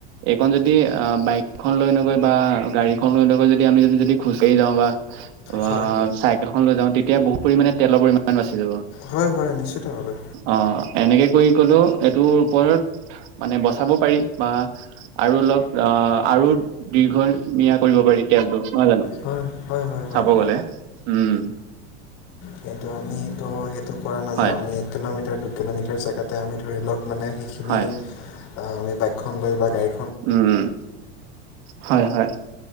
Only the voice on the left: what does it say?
হয় হয়
হয় হয় নিশ্চিত ভাৱে।
হয় হয় হয় হয়
কিন্তু আমি ত' সেইটো কৰা নাযায়
আমি এক কিলোমিটাৰ দুই কিলোমিটাৰ চ এতে আমি ধৰি লওঁক মানে সিখিনি,
আহ আমি বাইকখন লৈ বা গাড়ী